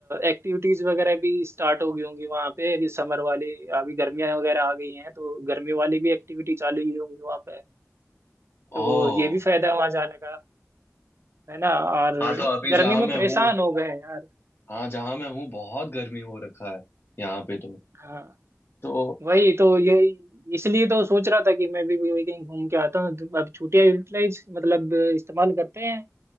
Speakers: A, on the right; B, on the left.
A: एक्टिविटीज वगैरह भी स्टार्ट हो गई होंगी वहां पे समर वाली अभी गर्मियां वगैरह आ गई हैं तो गर्मी वाली भी एक्टिविटी चालू ही होंगी वहां पे
B: ओ
A: तो ये भी फायदा है वहां जाने का है ना और
B: हाँ तो अभी
A: गर्मी
B: जहाँ
A: में
B: मैं
A: परेशान
B: हूँ
A: हो गए हैं यार
B: हाँ जहाँ मैं हूँ बहुत गर्मी हो रखा है यहाँ पे तो
A: हाँ
B: तो
A: वही तो ये इसलिए तो सोच रहा था कि मैं भी वही कहीं घूम के आता हूँ तो अब छुट्टियां यूटिलाइज मतलब इस्तेमाल करते हैं